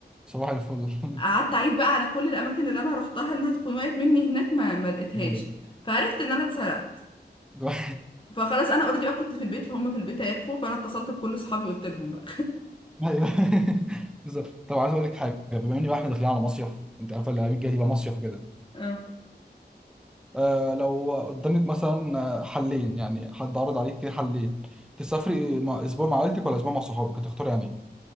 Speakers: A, in the centre; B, on the left.
A: صباح الفل <laughs>
B: قعدت اعيد بقى على كل الاماكن اللي انا روحتها انها تكون وقعت مني هناك ما ما لقيتهاش
A: ايوه
B: فعرفت ان انا اتسرقت
A: ده-
B: فخلاص انا اوريدي كنت في البيت فهم في البيت عرفوا فانا اتصلت بكل اصحابي قلت لهم بقى
A: <laughs> ايوه بالظبط طب عايز اقول لك حاجه بما ان بقى احنا داخلين على مصيف وانت عارفه اللي الجاي دي بقى مصيف وكده
B: <laughs> اه
A: آه لو قدامك مثلا آه، حلين يعني حد عرض عليك كده حلين تسافري مع اسبوع مع عيلتك ولا اسبوع مع صحابك هتختاري يعني إيه؟